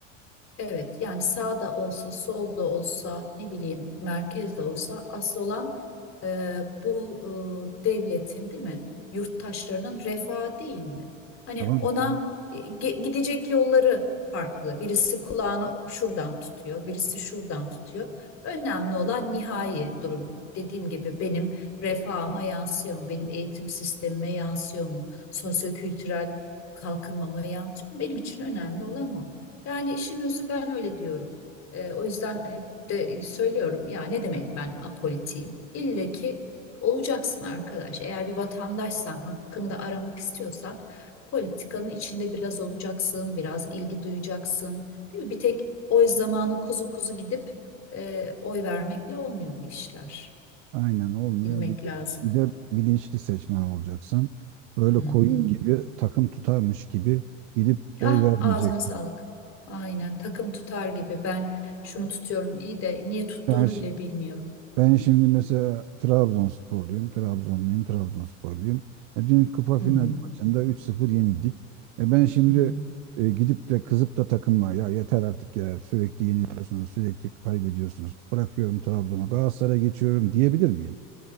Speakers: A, on the left (about 45°); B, on the right (about 65°).
A: Evet yani sağda olsa solda olsa ne bileyim merkezde olsa asıl olan e, bu e, devletin değil mi yurttaşlarının refahı değil mi? Hani
B: Tamam
A: ona
B: mı?
A: e, ge- gidecek yolları farklı. Birisi kulağını şuradan tutuyor, birisi şuradan tutuyor. Önemli olan nihai durum. Dediğim gibi benim refahıma yansıyor mu? Benim eğitim sistemime yansıyor mu? Sosyokültürel kalkınmama yansıyor mu? Benim için önemli olan o. Yani işin özü ben öyle diyorum. Ee, o yüzden hep de söylüyorum ya ne demek ben apolitiyim? İlle ki olacaksın arkadaş. Eğer bir vatandaşsan, hakkını da aramak istiyorsan politikanın içinde biraz olacaksın, biraz ilgi duyacaksın. Değil mi? Bir tek oy zamanı kuzu kuzu gidip e, oy vermekle olmuyor bu işler.
B: Aynen olmuyor.
A: Bilmek
B: Bir de,
A: lazım.
B: bir de bilinçli seçmen olacaksın. Böyle
A: Hı hı.
B: koyun gibi takım tutarmış gibi gidip oy
A: Hah
B: vermeyeceksin.
A: ağzına sağlık. Aynen takım tutar gibi ben şunu tutuyorum iyi de niye tuttuğunu
B: Ben, şi-
A: bile bilmiyor.
B: ben şimdi mesela Trabzonsporluyum, Trabzonluyum, Trabzonsporluyum. E, dün kupa
A: Hı
B: final
A: hı,
B: maçında üç sıfır yenildik. E, ben şimdi
A: hı hı,
B: e, gidip de kızıp da takıma ya yeter artık ya sürekli yeniliyorsunuz, sürekli kaybediyorsunuz. Bırakıyorum Trabzon'u, Galatasaray'a geçiyorum diyebilir miyim?